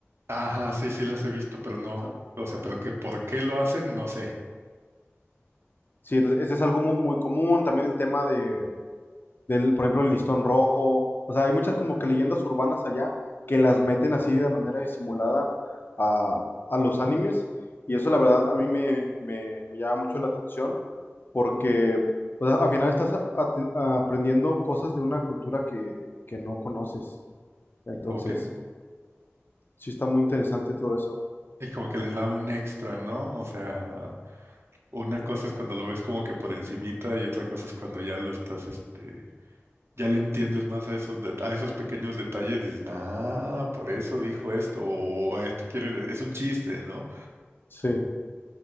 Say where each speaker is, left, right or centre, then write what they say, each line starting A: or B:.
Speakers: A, on the right; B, on the left.
A: Ajá, sí, sí las he visto, pero no.
B: sea,
A: O sea, pero que por qué lo hacen, no sé.
B: sí, entonces, ese es algo mu- muy, común. También el tema de del, por ejemplo, el listón rojo. O sea, hay muchas como que leyendas urbanas allá que las meten así de manera disimulada a, a los animes. Y eso, la verdad, a mí me, me, me llama mucho la atención porque o sea, al final estás a- a- aprendiendo cosas de una cultura que, que no conoces. Entonces,
A: Como que,
B: sí está muy interesante todo eso.
A: y como que les da un extra, ¿no? O sea, una cosa es cuando lo ves como que por encimita y otra cosa es cuando ya lo estás, este. Ya le entiendes más a esos, det- a esos pequeños detalles, dices, ah, por eso dijo esto, o "A esto quiere, de- es un chiste, ¿no?
B: Sí.